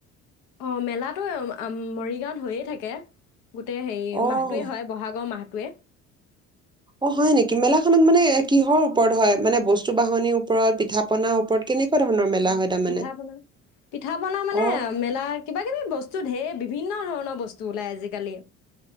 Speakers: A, on the left (about 90°); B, on the right (about 15°).
A: অ মেলাটো মৰিগাঁৱত হৈয়ে থাকে গোটেই হেৰি
B: অ',
A: মাহটোৱে হয় বহাগৰ মাহ টোৱে
B: অ হয় নেকি মেলাখনত মানে কিহৰ ওপৰত হয় মানে বস্তু বাহনিৰ ওপৰত পিঠা পনাাৰ ওপৰত কেনেকুৱা ধৰণৰ মেলা
A: অ
B: হয় তাৰমানে?
A: পিঠা পনা পিঠা পনা মানে
B: অ',
A: মেলা কিবা কিবি বস্তু ত ধেৰ বিভিন্ন ধৰণৰ বস্তু ওলাই আজিকালি